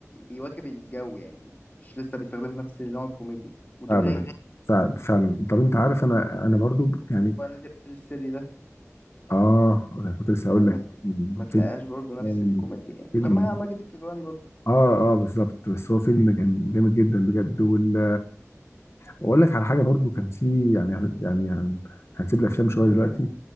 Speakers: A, on the left; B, on the left.
A: بيواكب الجو يعني مش لسه بيستخدم نفس نوع الكوميديا متغير
B: فعلا فعلا فعلا طب انت عارف انا انا برضو يعني
A: هو نادر السري ده
B: اه كنت لسه
A: فاهم
B: هقول
A: ما
B: لك
A: ت- ما تلاقيهاش
B: فيلم
A: برضو نفس
B: جامد.
A: الكوميديا يعني
B: فيلم
A: كان مع ماجد الكدواني برضو
B: اه اه بالظبط بس هو فيلم كان جامد جدا بجد وال واقول لك على حاجه برضو كان في يعني هن- يعني هن- هنسيب الافلام شويه دلوقتي